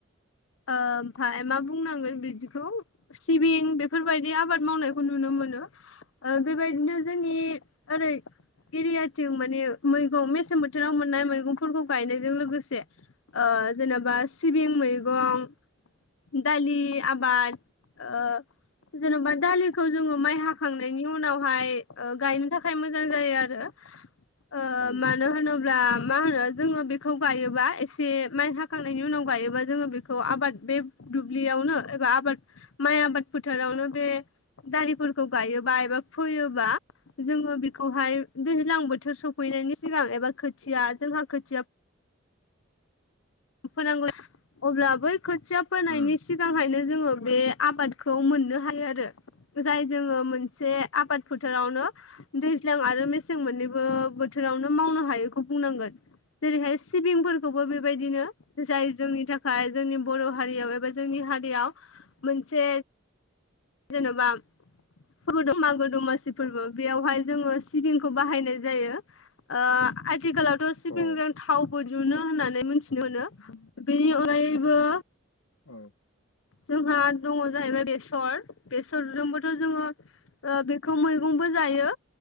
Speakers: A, on the left; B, on the left.
A: ओमफ्राय मा बुंनांगोन बिदिखौ सिबिं बेफोरबायदि आबाद मावनायखौ नुनो मोनो। बेबायदिनो जोंनि ओरै एरियाथिं माने मैगं मेसें बोथोराव मोननाय मैगंफोरखौ गायनायजों लोगोसे जेनेबा सिबिं मैगं गं दालि आबाद ओ जेन'बा दालिखौ जोङो माइ हाखांनायनि उनावहाय गायनो थाखाय मोजां जायो आरो आ
B: औ
A: मानो होनो ब्ला मा होनो जोङो बेखौ गायोबा एसे माइ हाखांनायनि उनाव गायोबा जोङो बे खौ आबाद बे दुब्लियावनो एबा आबाद माइ आबाद फोथारावनो बे दारिफोरखौ गायोबा एबा फोयोबा जोङो बेखौहाय दैज्लां बोथोर सफैनायनि सिगां एबा खोथिया जोंहा खोथिया फोनांगौ अब्ला बै खोथिया फोनायनि
B: उम
A: सिगांहायनो जोङो बे आबादखौ मोननो हायो आरो जाय जोङो मोनसे आबाद फोथारावनो दैज्लां आरो मेसें मोननैबो बोथोरावनो मावनो हायैखौ बुंनांगोन जेरैहाय सिबिंफोरखौबो बेबायदिनो। जाय जोंनि थाखाय जोंनि बर' हारियाव एबा जोंनि हारियाव मोनसे जेन'बा <inaudible> मागो दमासि फोरबो बेयावहाय जोङो सिबिंखौ बाहायनाय जायो। ओ आ थिखालावथ' सिबिंजों
B: औ
A: थावबो जुनो होननानै मिथिनो मोनो बेनि अनगायैबो
B: औ
A: जोंहा दङ जाहैबाय बेसर बेसरजोंबोथ' जोङो ओ बेखौ मैगंबो जायो